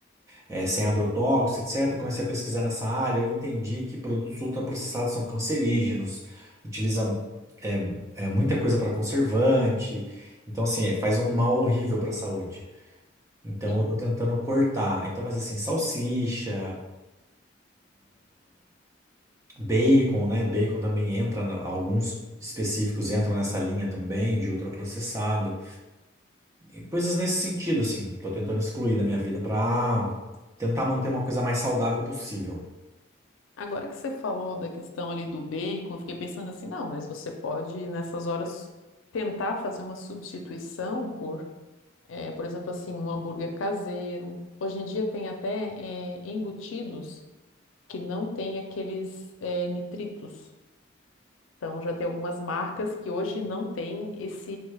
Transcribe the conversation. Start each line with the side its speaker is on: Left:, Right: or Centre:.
Right: eh, sem agrotóxicos, etc. Eu comecei a pesquisar nessa área, eu entendi que produtos ultraprocessados são cancerígenos, utilizam eh, eh, muita coisa para conservante, então assim, faz um mal horrível para a saúde. Então
Left: Sim.
Right: eu tô tentando cortar. Então, mas assim, salsicha, bacon, né? Bacon também entra, na- alguns específicos entram nessa linha também de ultraprocessado. E coisas nesse sentido, assim, tô tentando excluir da minha vida para tentar manter uma coisa mais saudável possível.
Left: Agora que você falou da questão ali do bacon, eu fiquei pensando assim, não, mas você pode, nessas horas, tentar fazer uma substituição por, eh, por exemplo, assim, um hambúrguer caseiro. Hoje em dia tem até, eh, embutidos que não têm aqueles, eh, nitritos. Então já tem algumas marcas que hoje não tem esse